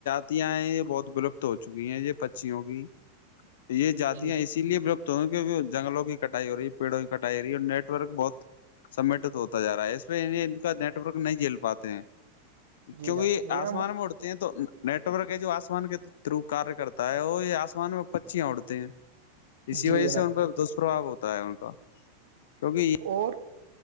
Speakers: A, on the left (about 55°); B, on the right (about 55°).
A: یاں ہیں یہ بہت ولپت ہو چکی ہیں یہ پچیوں کی یہ جاتی
B: جی
A: ہے اسی لیے بلپت تو کی جنگلوں کی کٹائی ہو رہی ہے پڑوں کٹائی رہی اور نیٹ ورک بہت سمیٹ ہوتا ج رہا ہے اس میں ان کا نیٹ ک نہیں جھیل پاتے ہیں
B: جی
A: کیونکہ
B: جی جناب میرا
A: آسمان میں اڑتے ہیں تو نیٹورک ہے جو آسمان کے تھرو کار کرتا ہے وہ یہ آسمان میں پچیاں اڑتے ہیں اسی
B: جی
A: وجہ
B: جناب
A: سے ان پ دشپرباؤ ہوتا ہے ان کا کیونکہ یہ
B: اور